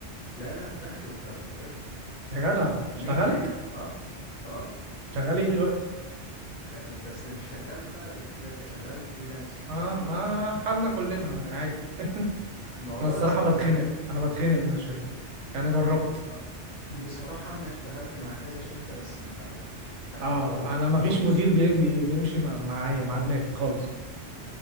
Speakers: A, on the left (about 45°); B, on the right (about 85°).
A: لا لا دخله كبروفيشنال
B: يا جدع
A: مهنة
B: اشتغلت؟
A: يعني اه اه
B: شغال ايه دلوقتي؟
A: ش... بس مش شغال بقى في شركة شغال فريلانسنج
B: اه
A: يعني
B: ما حالنا كلنا عادي <laughs>
A: ما والله
B: انا الصراحة
A: اصلا
B: بتخنق
A: يعني
B: انا بتخنق من الشركات يعني انا جربت
A: آه، بصراحة انا اشتغلت مع كذا شركة بس ما ارتحتش ما ارتحتش
B: اه
A: خالص
B: انا ما
A: خالص
B: فيش مدير بيم بي- بيمشي مع- معايا مع دماغي خالص